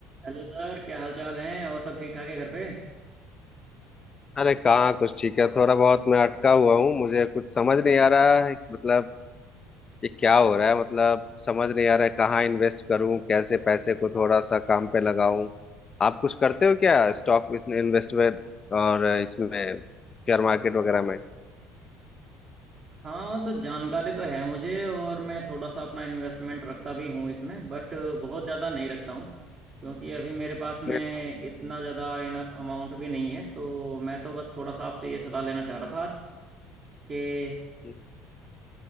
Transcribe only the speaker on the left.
अरे कहाँ कुछ ठीक है थोड़ा बहुत मैं अटका हुआ हूँ मुझे कुछ समझ नहीं आ रहा है मतलब ये क्या हो रहा है मतलब समझ नहीं आ रहा है कहाँ इन्वेस्ट करूँ कैसे पैसे को थोड़ा सा काम पे लगाऊं आप कुछ करते हो क्या Stock investment और इसमें शेयर मार्केट वगैरह में
नहीं तो
हम्म।